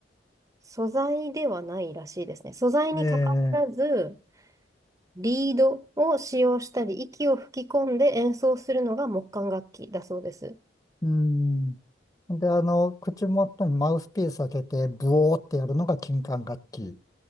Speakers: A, on the right; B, on the left.
A: 素材ではないらしいですね。素材にかからず、
B: で、
A: リードを使用したり、息を吹き込んで演奏するのが木管楽器だそうです。
B: うん、で、あの、口元にマウスピース当てて、ブオーってやるのが金管楽器。